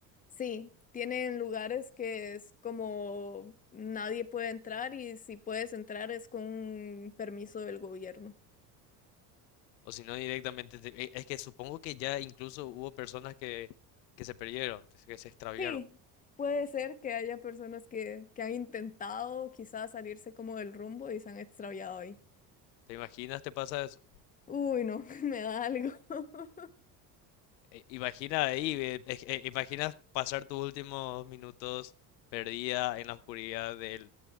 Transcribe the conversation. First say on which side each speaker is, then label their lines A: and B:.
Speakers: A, on the left; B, on the left.
A: Sí, tienen lugares que es como nadie puede entrar y si puedes entrar es con un permiso del gobierno.
B: O si no, directamente... te- e- es que supongo que ya incluso hubo personas que, que se perdieron, que se extraviaron.
A: Sí, puede ser que haya personas que, que han intentado quizás salirse como del rumbo y se han extraviado ahí.
B: ¿Te imaginas te pasa eso?
A: Uy, no, <laughs> me da algo. <laughs>
B: Eh, Imagina ahí, ve, eh, eh, imaginas pasar tus últimos minutos perdida en la oscuridad del,